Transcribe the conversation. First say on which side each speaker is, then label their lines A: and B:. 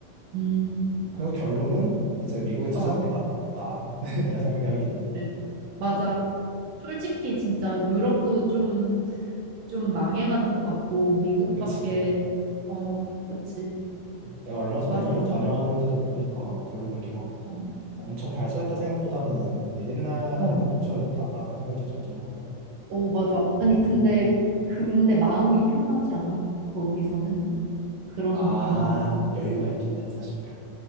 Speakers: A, on the right (about 75°); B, on the right (about 60°).
A: 음,
B: 그래서 결론은 이제 미국에 투자하는
A: 어,
B: 게 맞다. <laughs> 내- 내가 생각하기에는.
A: 그래. 맞아.
B: 어,
A: 솔직히 진짜 유럽도 좀, 좀 망해가는 것 같고, 미국밖에,
B: 그치.
A: 어, 그치.
B: 음, 내가 얼마 전에
A: 맞아,
B: 유럽
A: 맞네.
B: 다녀왔는데도 보니까 별로 그렇게 막
A: 어,
B: 엄청 발전했다 생각보다는 되게 옛날에
A: 어.
B: 멈춰 있다라는 생각이 더 들더라고.
A: 어, 맞아. 아니, 근데,
B: 음,
A: 근데 마음이 편하지 않아? 거기서는? 그런
B: 아,
A: 느낌은 안.
B: 여유가 있긴 해, 사실.